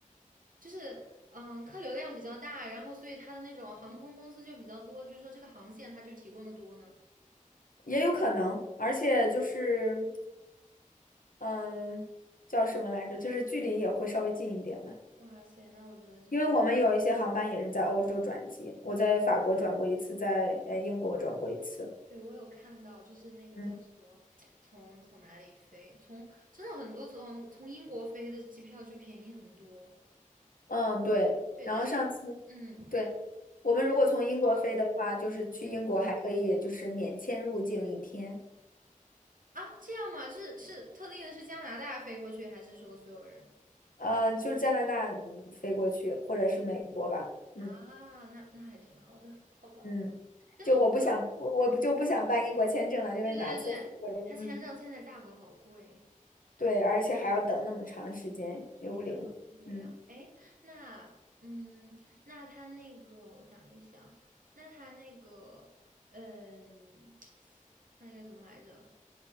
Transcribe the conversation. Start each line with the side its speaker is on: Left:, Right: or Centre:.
Right: 就是嗯，客流量比较大，然后所以它的那种航空公司就比较多，就是说这个航线它就提供的多呢。
Left: 也有可能，而且就是嗯，叫什么来着？就是距离也会稍微近一点嘛。
Right: 哇塞，那我觉得真的，
Left: 因为我们有一些航班也是在欧洲转机，我在法国转过一次，在呃英国转过一次。
Right: 对我有看到，就是那个叫什么，
Left: 嗯。
Right: 从从哪里飞，从真的很多从从英国飞的机票就便宜很多。
Left: 嗯，对。
Right: 对，
Left: 然后上次，
Right: 但是嗯
Left: 对，我们如果从英国飞的话，
Right: 嗯
Left: 就是去英国还可以就是免签入境一天，
Right: 嗯啊，这样吗？是是特定的是加拿大飞过去，还是说所有人？
Left: 呃，就是加拿大嗯飞过去，或者是美国吧。嗯
Right: 啊，那那还挺好的，好吧。
Left: 嗯，
Right: 但是我不知道，
Left: 就我不想，我我不就不想办英国签证了，就是哪次回国，
Right: 对对对，他签证现在价格好贵。
Left: 嗯，对，而且还要等那么长时间，
Right: 对呀，
Left: 又不灵活。
Right: 对呀，
Left: 嗯。
Right: 哎，那，嗯，那他那个，我想一想，那他那个，嗯，<tsk> 他那个什么来着？